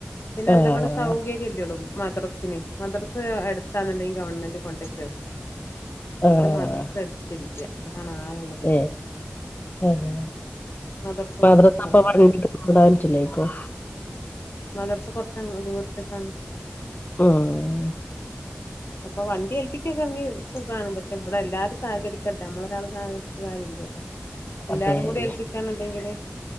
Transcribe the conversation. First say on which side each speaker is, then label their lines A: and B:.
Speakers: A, on the left (about 75°); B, on the left (about 45°).
A: പിന്നെ
B: ആഹ്
A: എന്താ ഇബടെ സൗകര്യം ഇല്ലടോ മദ്രസിന് മദ്രസ് അടുത്താന്നുണ്ടെങ്കിൽ ഗവൺമെന്റ് കൊണ്ടോയി ചേർത്തിയ
B: ആഹ്
A: ഇത് മദ്രസ എടുത്തില്ല അതാണ് ആകെള്ള ബുദ്ധിമു
B: ഏഹ് ആഹ്
A: മദ്രസ്
B: മദ്രസപ്പൊ
A: കൊറച്ച് പോണം
B: വണ്ടിക്ക് കൊണ്ടോവാൻ പറ്റൂല്ലേക്കും?
A: മദ്രസ് കൊറച്ച് അങ്ങ് ദൂരത്ത്ക്കാണ്
B: ഉം
A: അപ്പൊ വണ്ടി ഏൽപ്പിക്കെക്കേണെങ്കി സുഖാണ് പക്ഷെ ഇവടെ എല്ലാരും സഹകരിക്കണ്ടെ നമ്മളൊരാള് സഹരിക്ക കാര്യല്ലല്ലോ എല്ലാരും
B: അതേന്നെ
A: കൂടി ഏൽപ്പിക്കാന്ന്ണ്ടെങ്കില്